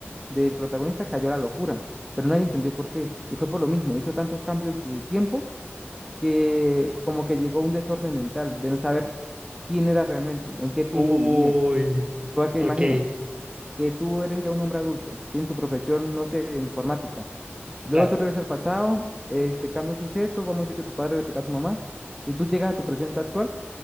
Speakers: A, in the centre; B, on the right.
A: del protagonista cayó a la locura, pero nadie entendió por qué. Y fue por lo mismo, hizo tantos cambios en su tiempo que como que llegó a un desorden mental de no saber quién era realmente, en qué tiempo
B: uy,
A: vivía. Porque
B: ok,
A: imagina que tú eres ya un hombre adulto, tienes tu profesión, no sé, de informática. Y
B: claro.
A: luego tú regresas al pasado, este, cambia un suceso, vamos a decir que tu padre le pegó a tu mamá, y tú llegas a tu presente actual